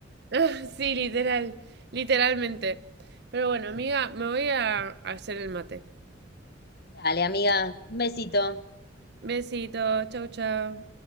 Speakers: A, on the right; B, on the left.
A: Ah, sí, literal, literalmente. Pero bueno, amiga, me voy a hacer el mate.
B: Dale, amiga, un besito.
A: Besito, chau, chau.